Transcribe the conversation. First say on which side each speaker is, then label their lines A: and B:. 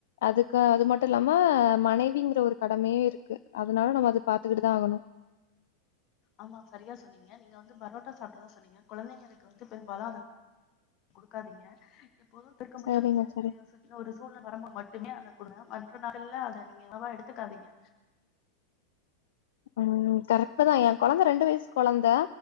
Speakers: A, on the left (about 55°); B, on the left (about 35°).
A: அதுக்கு அது மட்டும் இல்லாம மனைவிங்கிற ஒரு கடமையே இருக்கு அதனால நம்ம அது பாத்துக்குட்டு தா ஆகணும்
B: ஆமா சரியா சொன்னீங்க நீங்க வந்து பரோட் டா சாப்ட்ட தா சொன்னீங்க குழந்தைங்களுக்கு வந்து பெரும்பாலும் அத குடுக்காதீங்க எப்போதும் திருக்க முடியாத
A: சரிங்க
B: சுத்தி
A: சரி
B: அ சுத்திலு ஒரு சூழ்ந வரம்ப மட்டுமே அத குடுங்க மற்ற <unintelligible> அத நீங்க அளவா எடுத்துக்காதீங்க
A: ம் கரெக்ட்டு தா என் கொழந்த ரெண்டு வயசு குழந்த